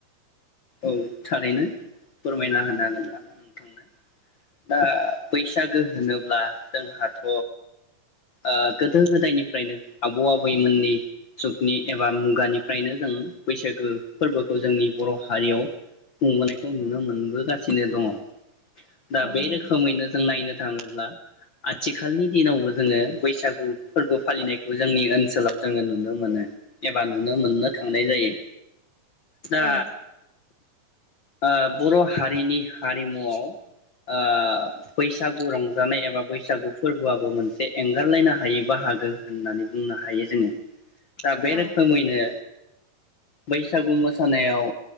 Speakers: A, on the left; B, on the right.
A: औ थारैनो। फोरमायना होनो
B: औ
A: हागोन दा। नोंथांनो दा बैसागो होनोब्ला जोंहाथ' ओ गोदो-गोदायनिफ्रायनो आबौ-आबैमोननि जुगनि एबा मुगानिफ्रायनो जों बैसागो फोरबोखौ जोंनि बर' हारियाव खुंबोनायखौ नुनो मोनबोगासिनो दङ। दा
B: औ
A: बे
B: नोंथां
A: रोखोमैनो जों नायनो थाङोब्ला आथि खालनि दिनावबो जोङो। बैसागु फोरबो फालिनायखौ जोंनि ओनसोलाव जोङो नुनो मोनो। एबा नुनो मोननो थांनाय जायो। दा
B: औ
A: ओ-बर' हारिनि हारिमुआव ओ-बैसागु रंजानाय एबा बैसागु फोरबोआबो मोन एंगारलायनो हायो बाहागो होननानै बुंनो हायो जोङो। दा बे
B: औ
A: रोखोमैनो। बैसागु मोसानायाव